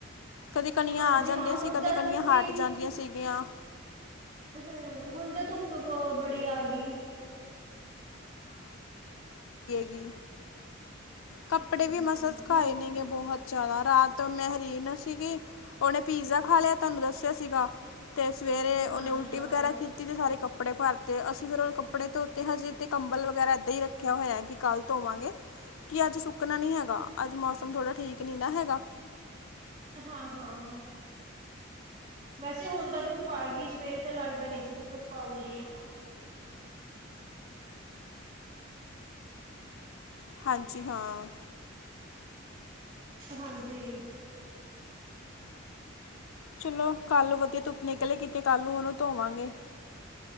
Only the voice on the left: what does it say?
ਕਦੇ ਕਣੀਆਂ
ਆ ਜਾਂਦੀਆਂ
ਸੀ ਕਦੇ
ਕਣੀਆਂ
ਹਟ ਜਾਂਦੀਆਂ ਸੀ? ਦੀਆਂ।
ਹੂੰ। ਕੱਪੜੇ
ਵੀ ਮਸਾਂ ਸਕਾਏ
ਨੇ ਗੇ ਬਹੁਤ। ਚਲਾ ਰਾਤ ਮੇਹਿਰੀਨ ਸੀਗੀ ਉਹਨੇ ਪੀਜ਼ਾ ਖਾ ਲਿਆ ਤੁਹਾਨੂੰ ਦੱਸਿਆ ਸੀਗਾ ਤੇ ਸਵੇਰੇ ਉਹਨੇ
ਉਲਟੀ
ਵਗੈਰਾ ਕੀਤੀ ਤੇ ਸਾਰੇ ਕੱਪੜੇ ਭਰਤੇ ਅਸੀਂ ਫਿਰ ਉਹ ਕੱਪੜੇ ਧੋਤੇ ਹਜੇ ਤੇ ਕੰਬਲ ਵਗੈਰਾ ਏਦਾਂ ਹੀ ਰੱਖਿਆ ਹੋਇਆ ਹੈ ਕਿ ਕੱਲ ਧੋਵਾਂਗੇ। ਅੱਜ ਸੁੱਕਣਾ ਨੀ ਹੈਗਾ। ਅੱਜ ਮੌਸਮ ਥੋੜਾ ਠੀਕ ਨੀ ਨਾ ਹੈਗਾ।
ਹਾਂਜੀ ਹਾਂ।
ਚਲੋ ਕੱਲ ਵਧੀਆ ਧੁੱਪ ਨਿਕਲੇਗੀ ਤੇ ਕੱਲ ਨੂੰ ਉਹਨੂੰ ਧੋਵਾਂਗੇ।